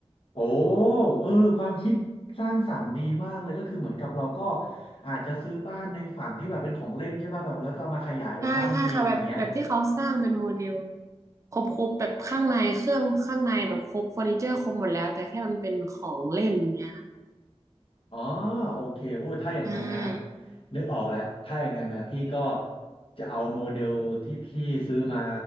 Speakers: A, on the left; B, on the right.
A: โอ้เออความคิดสร้างสรรค์ดีมากเลยก็คือเหมือนกับเราก็อาจจะซื้อบ้านในฝันที่แบบเป็นของเล่นใช่ป่ะแบบแล้วก็เอามาขยายเป็นบ้านจริงอย่างเงี้ย
B: ใช่ใช่ค่ะแบบแบบที่เขาสร้างเป็นโมเดลครบครบแบบข้างในเครื่องข้างในแบบครบเฟอร์นิเจอร์ครบหมดแล้วแต่แค่มันเป็นของเล่นอย่างเงี้ยค่ะ
A: อ๋อโอเคโอ้ยถ้าอย่างนั้นนะ
B: ใช
A: นึกออกแล้วถ้าอย่างนั้นนะพี่ก็จะเอาโมเดลที่พี่ซื้อมา